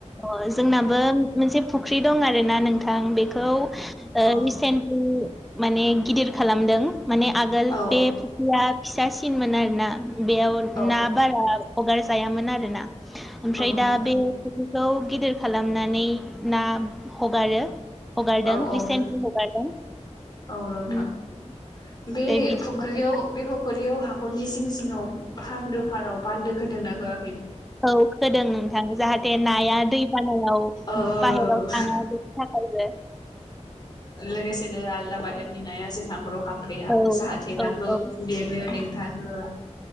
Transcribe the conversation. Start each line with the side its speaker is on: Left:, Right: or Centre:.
Centre: अह जोंनाबो मोनसे फुख्रि दं आरो ना नोंथां। थां। बेखौ
Left: अ
Centre: रिसेन्टलि माने गिदिर खालामदों। माने आगोल
Left: औ
Centre: बे फुख्रिया फिसासिनमोन आरोना। बेयाव
Left: औ
Centre: ना बारा हगारजायामोन आरोना। ओमफ्राय
Left: औ
Centre: दा
Left: नोंथां
Centre: बे फख्रि खौ गिदिर खालामनानै ना हगारो। हगारदों
Left: औ औ
Centre: रिसेन्टलि
Left: नों
Centre: हगारदों।
Left: औ नोंथां
Centre: ओमफ्राय
Left: बे
Centre: बिदिनोखौ
Left: फुख्रियाव बे फख्रियाव हा खरनि जिं जिङाव फानदो फाराव बानदो खोदोंना होआ
Centre: औ खोदों नोंथां। जाहाथे नाया दै बानायाव
Left: ओ
Centre: बाहेराव थाङा बेनि था <unintelligible>
Left: लोगोसेनो आलदा बाहेरनि नाया जोंहा न'खराव हाबफैया।
Centre: औ
Left: जाहाथे
Centre: औ
Left: नाखौ
Centre: औ
Left: देरनायाव हेंथा होआ।